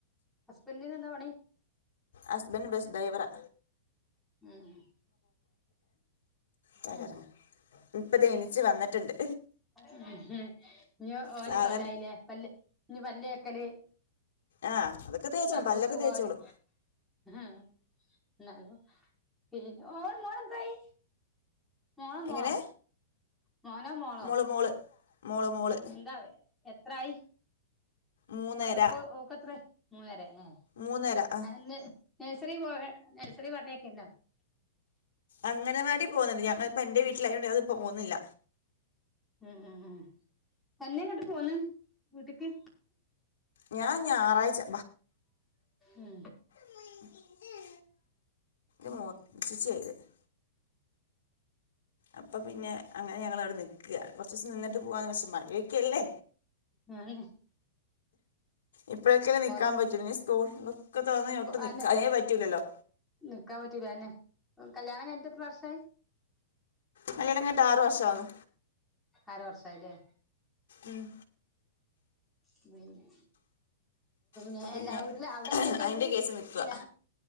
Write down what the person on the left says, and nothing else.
ഹസ്ബെന്റ് ബെസ്സ് ഡൈവറാ
താഴെ
എറങ്ങ് ഇപ്പതാ എണീച്ച് വന്നിട്ട്ണ്ട്
സാധനം
ആ അതൊക്കെ തേച്ചോളൂ
പല്ലൊക്കെ
തേച്ചോളൂ
എങ്ങനെ
മോള് മോള് മോള് മോള്
മൂന്നര
മൂന്നര ആ
അങ്ങനവാടി പോവ്ന്നുണ്ട് ഞങ്ങളിപ്പോ എന്റെ വീട്ടിലായോണ്ട് അത് പോകുന്നില്ല
ഞാൻ ഞായറാഴ്ച്ച
ഉ ഉ ഇന്റെ
<unintelligible> അപ്പം പിന്നെ അങ്ങനെ ഞങ്ങളവിടെ നിക്കാ കുറച്ചു ദിവസം നിന്നി്ട്ട് പോവാന്ന് പക്ഷെ മഴഒക്കെ ആല്ലേ
ഇപ്പോഴൊക്കല്ലേ നിൽക്കാൻ
പറ്റൂ ഇനി സ്കൂൾ ഒക്കെ തുറന്നാ ഒട്ടും നിക്കക്കാനേ
പറ്റൂല്ലല്ലോ
കല്യാണം കഴിഞ്ഞിട്ട് ആറ് വർഷം ആവണ്‌
ഉം
അപ്പം
പിന്നെ
അതിൻ്റെ കേസ് നിൽക്കുക